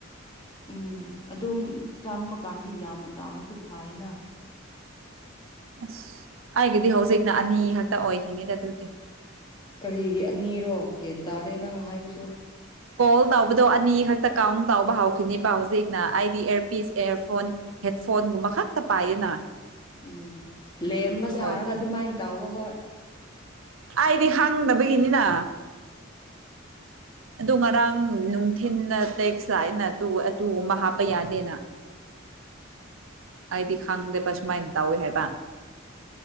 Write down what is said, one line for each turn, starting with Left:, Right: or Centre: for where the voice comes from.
Left: ꯎꯝ ꯑꯗꯨꯝ ꯆꯥꯡꯕ ꯀꯥꯟꯗ ꯌꯥꯝꯅ ꯆꯥꯡꯉꯁꯨ ꯐꯥꯏꯌꯦꯅ꯫ <unintelligible>
Right: ꯑꯁ ꯑꯩꯒꯤꯗꯤ ꯍꯧꯖꯤꯛꯅ ꯑꯅꯤ ꯈꯛꯇ ꯑꯣꯏꯈꯤꯅꯤꯗ ꯑꯗꯨꯗꯤ꯫
Left: ꯀꯔꯤꯒꯤ ꯑꯅꯤꯔꯣ ꯒꯦꯟ ꯇꯥꯗꯦ ꯅꯪ ꯍꯥꯏꯕꯁꯨ꯫
Right: ꯀꯣꯜ ꯇꯎꯕꯗꯣ ꯑꯅꯤꯈꯛ ꯀꯥꯎꯟ ꯇꯥꯎꯕ ꯍꯧꯈꯤꯅꯤꯕ ꯍꯧꯖꯤꯛꯅ ꯑꯩꯗꯤ ꯑꯦꯔꯄꯤꯁ ꯏꯌꯔꯐꯣꯟ ꯍꯦꯠꯐꯣꯟꯒꯨꯝꯕ ꯈꯛꯇ ꯄꯥꯏꯌꯦꯅ꯫
Left: ꯎꯝ ꯂꯦꯝꯕ
Right: ꯑꯗꯨ
Left: ꯁꯥꯔꯒ
Right: ꯑꯣꯏꯕꯒꯤ
Left: ꯑꯗꯨꯃꯥꯏꯅ ꯇꯥꯎꯕ ꯍꯣꯏ꯫
Right: ꯑꯩꯗꯤ ꯈꯥꯡꯗꯕꯒꯤꯅꯤꯅ ꯑꯗꯨ ꯉꯔꯥꯡ ꯅꯨꯡꯊꯤꯅ ꯇꯦꯛꯁꯇ ꯂꯥꯑꯦꯅ ꯑꯇꯨ ꯑꯇꯨꯒꯨꯝꯕ ꯍꯥꯞꯄ ꯌꯥꯗꯦꯅ ꯑꯩꯗꯤ ꯈꯪꯗꯦꯕ ꯁꯨꯃꯥꯏꯅ ꯇꯧꯋꯦ ꯍꯥꯏꯕ꯫